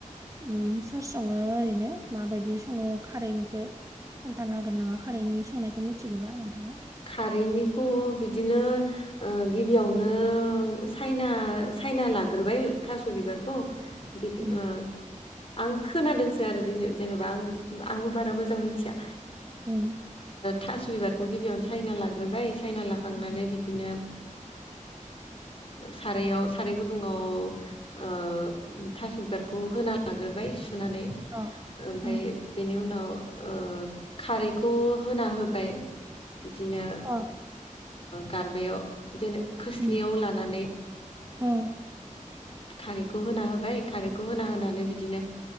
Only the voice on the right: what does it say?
अम सोर सङो ओरैनो माबायदि सङो खारैनिखौ खोन्थानो होगोन नामा खारैनि संनायखौ मिथिगौबा नोंथाङा
उम
उम
उम
अ
उम
अ
उम
उम